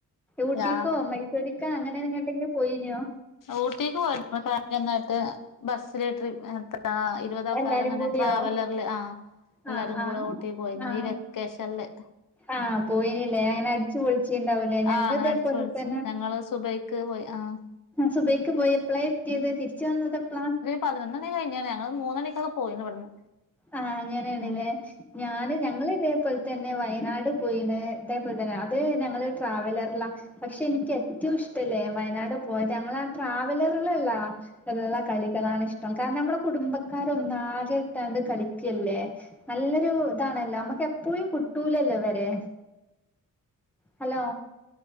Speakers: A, in the centre; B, on the left.
A: ഊട്ടിക്കോ
B: രാ
A: മൈസൂരിക്കാ അങ്ങനെ എങ്ങട്ടെങ്കിലും പോയിനിയോ?
B: ഊട്ടിക്ക് പോയിന്നായിട്ട് ബെസ്സില് ട്രി ആഹ് ഇരുപത് ആൾക്കാർ
A: എല്ലാരും
B: അങ്ങനെ
A: കൂടിയോ
B: ട്രാവലറില് ആഹ് എല്ലാരും
A: ആ ആ
B: കൂടെ ഊട്ടി പോയി
A: ആ
B: ഈ വെക്കേഷൻല്
A: ആഹ് പോയിനില്ലേ അങ്ങനെ അടിച്ചു പൊളിച്ചിണ്ടാവൂലേ ഞങ്ങള്
B: ആഹ് അങ്ങനെ
A: ഇതേപോലെ
B: അടിച്ചു പൊളിച്ചു
A: തന്നെ
B: ഞങ്ങള് സുബൈക്ക് പോയി ആഹ്
A: സുബയ്ക്ക് പോയി എപ്പളെ എത്തിയത് തിരിച്ച് വന്നത് എപ്പളാ?
B: പതിനൊന്ന് മണി കഴിഞ്ഞേനെ, ഞങ്ങള് മൂന്ന മണിക്ക് പോയിന്നു ഇവിടുന്ന്.
A: ആഹ അങ്ങനേണ്ല്ലേ.
B: ഉം
A: ഞാന് ഞങ്ങള് ഇതേപൊൽ തന്നെ വയനാട് പോയിണ്. ഇതേപോലെ തന്നെ അത് ഞങ്ങള് ട്രാവലറിലാ. പക്ഷെ എനിക്ക് ഏറ്റവും ഇഷ്ടല്ലേ, വയനാട് പോയത് ഞങ്ങള് ആ ട്രാവലറുകളല്ലാ. എല്ലാ കളികളാണ് ഇഷ്ടം. കാരണം നമ്മുടെ കുടുംബക്കാര് ഒന്നാകെ ഇട്ടാണ്ട് കളിക്കല്ലേ. നല്ലൊരു ഇതാണല്ലോ. നമ്മുക്ക് എപ്പോഴും കുട്ടൂലല്ലോ ഇവരെ. ഹലോ.